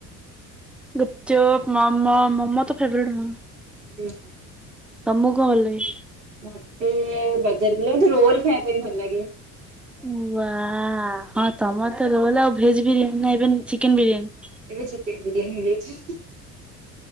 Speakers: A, in the centre; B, on the right.
A: ଗୁପଚୁପ୍, ମୋମୋ ମୋମୋ ତ ଫେବରେଟ୍ ମୋ
B: ହୁଁ।
A: ତମକୁ କଁ ଭଲ ଲାଗେ?
B: ମତେ ବଜାର କୁ ଗଲେ ମତେ ରୋଲ ଖାଇବା ପାଇଁ ଭଲ ଲାଗେ।
A: ଉଁ ୱା ହ ତମର
B: ହୁଁ ହୁଁ।
A: ତ ରୋଲ ଆଉ ଭେଜ ବିରିୟାନୀ ନା ଏବେ ଚିକେନ ବିରିୟାନି?
B: ଏବେ ଚିକେନ ବିରିୟାନ ହେଇଯାଇଛି।